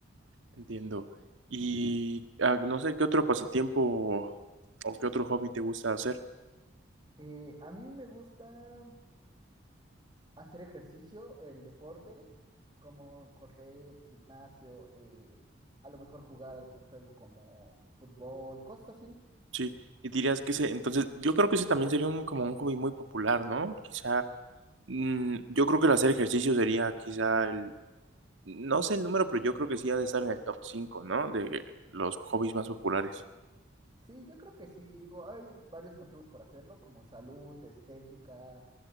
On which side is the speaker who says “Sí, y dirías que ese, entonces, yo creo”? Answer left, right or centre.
Right